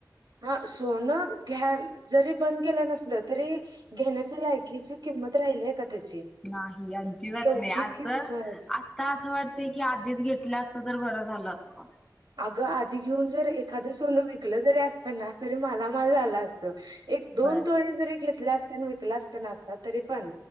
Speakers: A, on the right; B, in the centre.
A: हा, सोनं घ्या जरी बंद केलं नसलं तरी घेण्याच्या लायकीची किंमत राहिलीय का त्याची?
B: नाही, अजिबात
A: केवढी
B: नाही असं
A: किंमत
B: आता असं वाटतंय की आधीच घेतलं असतं तर बरं झालं असतं.
A: अगं, आधी घेऊन जर एखादं सोनं वि कलं जरी असत ना, तरी मला माल झाला असतो. एक दोन-तोळे
B: व्हय.
A: जरी घेतले असते ना, विकलं असता ना आता तरी पण